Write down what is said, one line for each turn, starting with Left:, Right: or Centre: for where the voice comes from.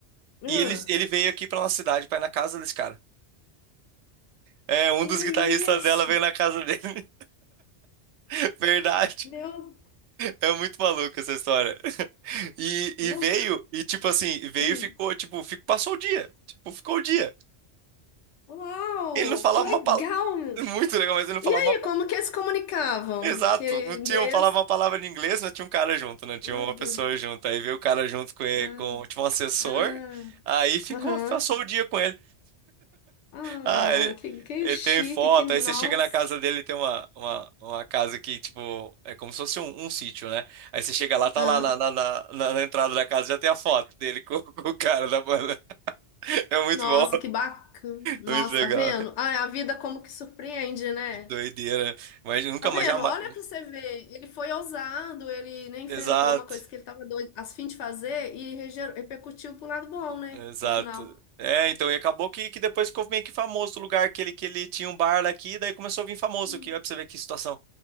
Left: Uhum.
Right: e ele, ele veio aqui pra nossa cidade, pra ir na casa desse cara. É, um
Left: Que
Right: dos guitarristas
Left: isso?
Right: dela veio na casa dele. <laughs> Verdade.
Left: Meu.
Right: É muito maluco essa história. E, e
Left: Não.
Right: veio, e tipo assim, veio
Left: Hum.
Right: e ficou, tipo, fico, passou o dia. Tipo, ficou o dia.
Left: Uau!
Right: Ele não falava
Left: Que legal!
Right: uma palavra. Muito legal, mas ele não
Left: E
Right: falava
Left: aí,
Right: uma palavra.
Left: como que eles se comunicavam?
Right: Exato.
Left: Que
Right: Não tinha,
Left: inglês?
Right: falava uma palavra em inglês, não tinha um cara junto, não tinha
Left: Meu
Right: uma
Left: Deus.
Right: pessoa junto. Aí veio o cara junto com ele,
Left: Ah,
Right: com, tipo, um assessor.
Left: ah,
Right: Aí ficou,
Left: aham.
Right: passou o dia com ele.
Left: Ah,
Right: Ah, ele,
Left: que, que
Right: ele
Left: chique,
Right: tem foto.
Left: que nossa.
Right: Aí você chega na casa dele, tem uma, uma, uma casa que, tipo, é como se fosse um, um sítio, né? Aí você chega lá, tá
Left: Ah,
Right: lá na, na, na, na na entrada da casa, já tem a foto dele com, <laughs> com o cara da banda. <laughs> É muito
Left: nossa,
Right: bom.
Left: que bacana. Nossa,
Right: Muito legal.
Left: tá vendo? Ah, a vida como que surpreende, né?
Right: Que doideira. Mas nunca
Left: Tá vendo?
Right: mais jamais.
Left: Olha pra você ver. Ele foi ousado, ele nem enfrentou
Right: Exato.
Left: uma coisa que ele tava doido, a fim de fazer e reger- repercutiu pro lado bom, né?
Right: Exato.
Left: No final.
Right: É, então, e acabou que, que depois ficou meio que famoso o lugar que ele, que ele tinha um bar lá aqui, daí começou a vir famoso
Left: Hum,
Right: aqui, ó, pra você ver que situação.